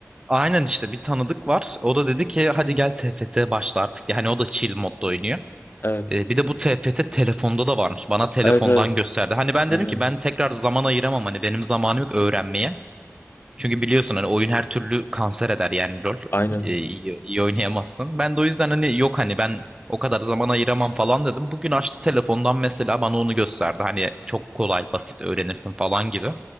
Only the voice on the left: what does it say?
Evet.
Evet evet.
Aynen.
Aynen.